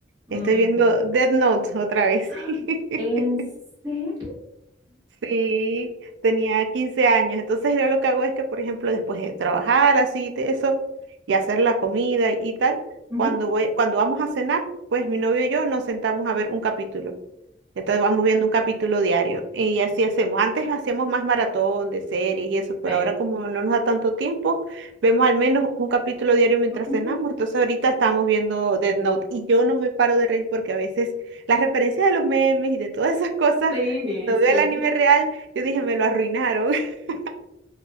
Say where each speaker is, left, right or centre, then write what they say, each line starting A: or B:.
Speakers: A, on the right; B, on the right.
A: Mm.
B: Estoy viendo Death Note otra vez.
A: <gasps>
B: <laughs>
A: ¿En serio?
B: Sí, tenía 15 años. Entonces yo lo que hago es que, por ejemplo, después de trabajar así, te- eso, y hacer la comida y tal,
A: Ujú.
B: cuando voy, cuando vamos a cenar, pues mi novio y yo nos sentamos a ver un capítulo. Entonces vamos viendo un capítulo diario y así hacemos. Antes hacíamos más maratón de series y eso, pero
A: Sí.
B: ahora como no nos da tanto tiempo, vemos al menos un capítulo diario mientras
A: <laughs>
B: cenamos. Entonces ahorita estamos viendo Dead Note y yo no me paro de reír porque a veces las referencias de los memes y de todas esas cosas,
A: Sí,
B: cuando veo
A: sí.
B: el anime real, yo dije, me lo arruinaron. <laughs>